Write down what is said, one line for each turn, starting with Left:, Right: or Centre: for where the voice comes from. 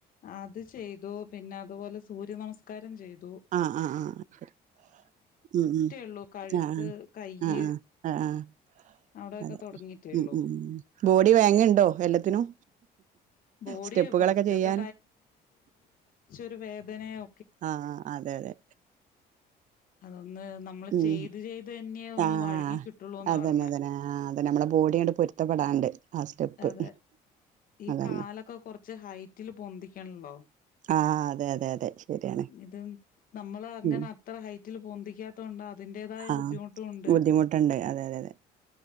Left: അത് ചെയ്തു പിന്നെ അതുപോലെ സൂര്യ നമസ് ക്കരം ചെയ്തു തു
Right: ആഹ് ആഹ് ശരി ഉം ഉം
Left: ഉള്ളൂ കഴുത്ത്
Right: ആഹ്
Left: കയ്യ്
Right: ആഹ് ആഹ് ആഹ് ആഹ്
Left: അവിടെയൊക്കെ
Right: അതെ
Left: തൊടങ്ങീട്ടേ ഉള്ളൂ
Right: ഉം ഉം ബോഡി വേങ്ങയുണ്ടോ എല്ലാത്തിനും
Left: ബോഡി
Right: സ്റ്റെപ്പുകളൊക്കെ
Left: ഫസ്റ്റ്ത്തെ
Right: ചെയ്യാൻ
Left: ഒരു വേദനയോ
Right: ആഹ് അതെ അതെ
Left: അതൊ ന്ന് നമ്മള്
Right: ഉം
Left: ചെയ്ത് ചെയ്ത് തന്നെയ ഒന്ന്
Right: ആഹ്
Left: വഴങ്ങി കിട്ടുള്ളൂന്ന്
Right: അതന്നെ
Left: പറഞ്ഞ
Right: അതന്നെ ആഹ് അതന്നെ നമ്മളെ ബോഡിയങ്ങട് പൊരുത്തപ്പെടാണ്ട് ആ സ്റ്റെപ്പ്
Left: അതെ ഈ
Right: അതന്നെ
Left: കാലൊക്കെ കൊറച്ച് ഹൈറ്റിൽ പൊന്തിക്കണല്ലോ
Right: ആഹ് അതെ അതെ അതെ ശരിയാണ്
Left: ഇതുംനമ്മൾ അങ്ങനെ
Right: ഉം
Left: അത്ര ഹൈറ്റില് പൊന്തിക്കാത്തോണ്ടഅതിന്റേതായ
Right: ആഹ്
Left: ബുദ്ധിമുട്ടു ണ്ട്
Right: ബുദ്ധിമുട്ടുണ്ട് അതെ അതെ അതെ